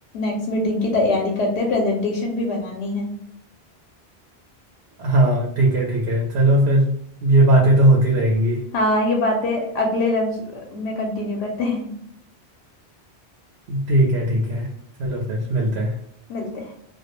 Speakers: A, on the left (about 80°); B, on the right (about 75°).
A: नेक्स्ट मीटिंग की तैयारी करते हैं प्रेजेंटेशन भी बनानी है
B: <laughs> हाँ ठीक है ठीक है चलो फिर ये बातें तो होती रहेंगी
A: हाँ ये बातें अगले लंच में कंटिन्यू करते हैं
B: ठीक है ठीक है चलो फिर मिलते हैं
A: <laughs> मिलते हैं